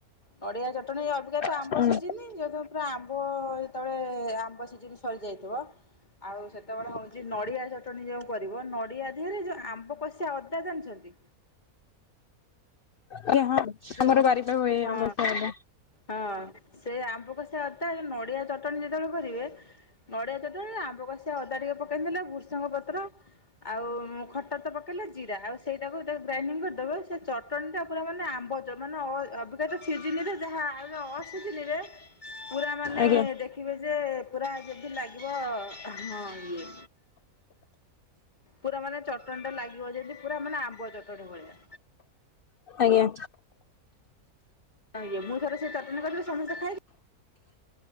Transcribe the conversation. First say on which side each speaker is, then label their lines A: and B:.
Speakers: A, on the left (about 30°); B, on the left (about 65°).
A: ନଡ଼ିଆ ଚଟଣି ଅଭିକତା
B: ଆଜ୍ଞା
A: ଆମ୍ବ ସିଝିନି ଯଦି ପୁରା ଆମ୍ବ ଯେତେବେଳେ ଆମ୍ବ ସିଝିନି ସରିଯାଇଥିବ ଆଉ ସେତବେଳେ ହଉଚି ନଡ଼ିଆ ଚଟଣି ଯେଉଁ କରିବ ନଡିଆ ଦେିହରେ ଯୋଉ ଆମ୍ବ କଷିଆ ଅଦା ଜାଣିଛନ୍ତି।
B: କି ହଁ
A: ଯେଉ
B: ଆମର
A: ହଁ
B: ବାରିପା ହୁଏ ଆମ୍ବସା ଆମ୍ବ।
A: ହଁ ସେ ଆମ୍ବ କ ସେ କଥା ନଡିଆ ଚଟଣି ଯେତେବେଳେ କରିବେ ନଡିଆ ଚଟଣି ଆମ୍ବ କଶିଆ ଅଦା ଟିକେ ପକେଇ ଦେଲା ବୃସଙ୍ଗ ପତ୍ର ଆଉ ଖଟା ତ ପକେଇଲେ ଜିରା ଆଉ ସେଇଟାକୁ ଗ୍ରାଇଣ୍ଡିଙ୍ଗ କରିଦେବ ସେ ଚଟଣି ଟା ପୁର ମାନେ ଆମ୍ବ ମାନେ ଅଭିଜ୍ଞ ସିଝିଲ ଯାହା ଆଉ ଅଝ ନେ ପୁରା ମାନେ
B: ଆଜ୍ଞା
A: ଦେଖ ଖିବେ ଯେ ପୁରା ଯଦି ଲାଗିବ ହଁ ଇଏ ପୁରା ମାନେ ଚଟଣି ଟା ଲାଗିବ ଯେମିତି ପୁରା ମାନେ ଆମ୍ବ ଚଟଣି ଭଳିଆ
B: ଆଜ୍ଞା।
A: ତ ମୁଁ ରେ ସେ ଚଟଣି କରିବି ସମସ୍ତେ ଖାଇ